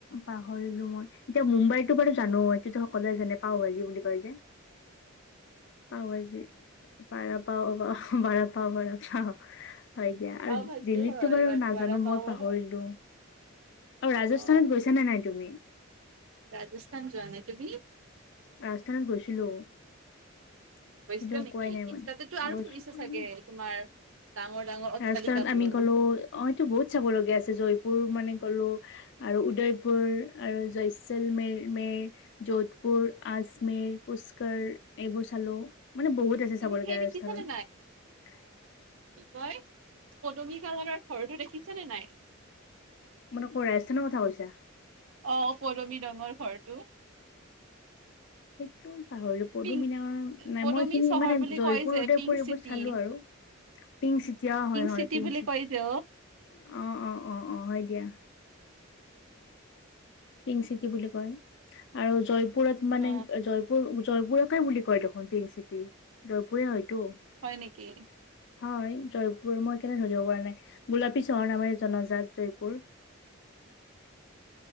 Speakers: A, on the left (about 60°); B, on the right (about 75°).
A: পাহৰিলো মই এতিয়া মুম্বাইতো বাৰু জানো এইটোতো সকলোৱে জানে পাও ভাজি বুলি কয় যে পাও ভাজি পাৰা পাৱ প বাৰা পাও বাৰা খাও <unintelligible> হয় দিয়া
B: পাও
A: আৰু
B: ভাজিও
A: দিল্লীততো
B: হয়
A: বাৰু নাজানো
B: বৰা
A: মই
B: পাও
A: পাহৰিলো
B: হয়
A: অহ, ৰাজস্থানত
B: অ
A: গৈছা নে নাই তুমি?
B: ৰাজস্থান যোৱা নাই তুমি?
A: ৰাজস্থানত গৈছিলো। সেইটো
B: গৈছিলা নেকি
A: কোৱাই নাই <unintelligible>
B: তাতেতো আৰু ফুৰিছে চাগে তোমাৰ ডাঙৰ ডাঙৰ অট্টালিকাবোৰ
A: ৰাজস্থানত আমি গ'লো অহ এইটো বহুত চাব লগীয়া আছে জয়পুৰ মানে গলো আৰু উদয়পুৰ আৰু জয়চল মে মেৰ। যোধপুৰ, আজমেৰ, পুষ্কৰ এইবোৰ চালো মানে বহুত আছে
B: তুমি
A: চাবলগীয়া
B: সেই দেখিছানে
A: ৰাজস্থানত।
B: তই পদুমী কালাৰৰ ঘৰটো দেখিছ নে নাই?
A: মানে কৌ ৰাজস্থানৰ কথা কৈছা?
B: অহ, পদুমী ৰঙৰ ঘৰটো।
A: <inaudible> সেইটো পাহৰিলো পদুমি
B: পিংক
A: <unintelligible> নাই
B: পদুমী
A: মই এখিনি
B: চহৰ
A: মানে
B: বুলি
A: জয়পুৰতে
B: কয় যে পিংক
A: ওপৰে
B: চিটি
A: ওপৰে চালো আৰু। পিংক চিটি অহ হয়', হয়',
B: চিটি
A: পিংক
B: বুলি
A: চিটি
B: কয় যে
A: অ', অ ', অ অ', হয় দিয়া। পিংক চিটি বুলি কয় আৰু জয়পুৰত মানে
B: অ
A: জয়পুৰ- জয়পুৰকে বুলি কয় দেখোন পিং চি চিটি জয়পুৰে হয়তো।
B: হয় নেকি
A: হয়, জয়পুৰ মই কেনে ধৰিব পৰা নাই গোলাপী চহৰ নামেৰে জনজাত জয়পুৰ। <inaudible>